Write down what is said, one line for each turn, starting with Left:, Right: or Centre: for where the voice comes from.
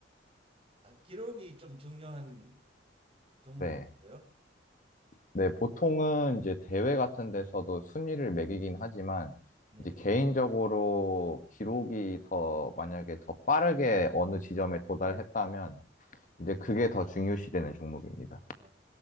Right: 아, 기록이 좀 중요한 종목인가요?
Left: 네. 네, 보통은 이제 대회 같은 데서도 순위를 매기긴 하지만,
Right: 네.
Left: 이제 개인적으로 기록이 더, 만약에 더 빠르게 어느 지점에 도달했다면, 이제 그게 더 중요시되는 종목입니다.
Right: 아,